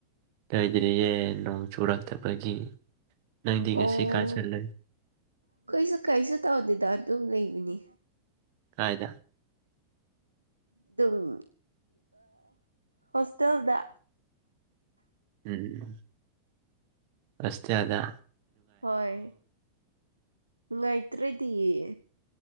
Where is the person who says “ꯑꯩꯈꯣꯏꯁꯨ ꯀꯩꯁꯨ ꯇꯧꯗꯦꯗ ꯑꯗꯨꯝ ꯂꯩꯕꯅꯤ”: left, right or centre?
Right